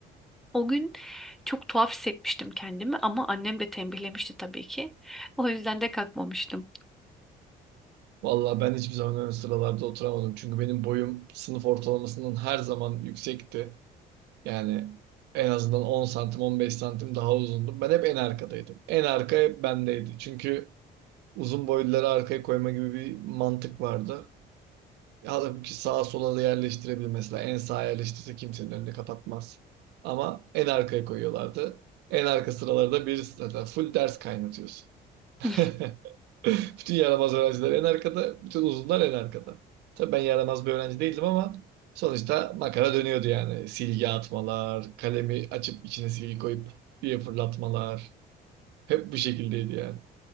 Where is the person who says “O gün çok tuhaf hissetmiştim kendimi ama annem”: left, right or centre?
Centre